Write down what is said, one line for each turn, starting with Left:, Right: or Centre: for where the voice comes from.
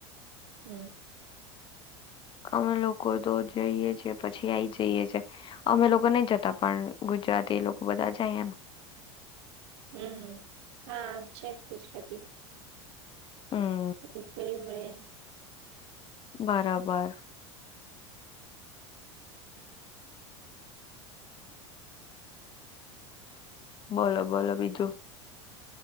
Right: હમ.
Left: અમે લોકો તો જઈએ છીએ પછી આઈ જઈએ છે અમે લોકો નહી જતા પણ ગુજરાતી એ લોકો બધા જાય એમ.
Right: હમમ હા આમ છે ગુજરાતી.
Left: <unintelligible>
Right: <unintelligible> મળ્યાં.
Left: બરાબર. બોલો બોલો બીજું.